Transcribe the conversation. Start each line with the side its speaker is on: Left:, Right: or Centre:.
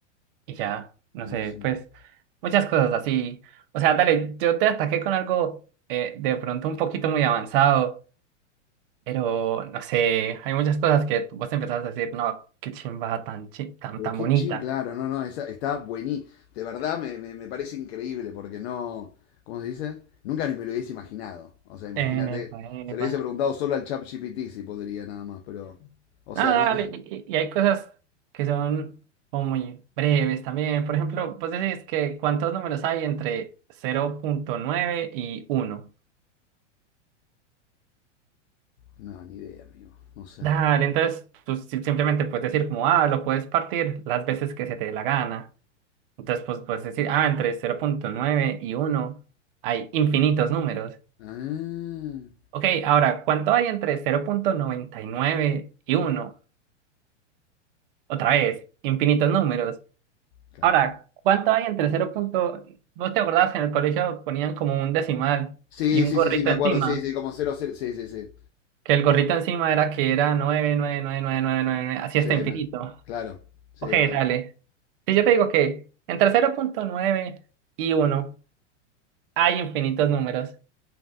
Right: Y ya, no
Left: no
Right: sé,
Left: es incre-
Right: pues muchas cosas así. O sea, dale, yo te ataqué con algo eh, de pronto un poquito muy avanzado. Pero, no sé, hay muchas cosas que tú- vos empezás a decir, no, qué chimba tan, chi- tan,
Left: Pero
Right: tan
Left: qué
Right: bonita.
Left: ching, claro, no, no, esa- está buenísimo. De verdad me, me- me parece increíble porque no, ¿cómo se dice? Nunca ni me lo hubiese imaginado. O sea, imagínate,
Right: Epa,
Left: se
Right: epa.
Left: lo hubiese preguntado solo al ChatGPT si podría nada más, pero, o
Right: No,
Left: sea,
Right: dale,
Left: no,
Right: y, y- y hay cosas que son como muy breves también. Por ejemplo, vos decís que cuántos números hay entre 0.9 y uno
Left: no, ni idea, amigo, no sé.
Right: Dale, entonces tú si- simplemente puedes decir como, ah, lo puedes partir las veces que se te dé la gana. Entonces, pues puedes decir, ah, entre 0.9 y uno hay infinitos números.
Left: Ah,
Right: Ok, ahora, ¿cuánto hay entre cero punto noventa y nueve y uno, Otra vez, infinitos números.
Left: claro.
Right: Ahora, ¿cuánto hay entre cero punto- ¿Vos te acordás que en el colegio ponían como un decimal
Left: Sí,
Right: y un
Left: sí,
Right: gorrito
Left: sí, sí, me acuerdo.
Right: encima?
Left: Sí, sí, como cero cero, sí, sí, sí.
Right: Que el gorrito encima era que era nueve nueve nueve nueve nueve nueve nueve así
Left: Sí,
Right: hasta infinito.
Left: me- claro. Sí,
Right: Ok,
Left: re.
Right: dale. Si yo te digo que entre cero punto nueve y uno hay infinitos números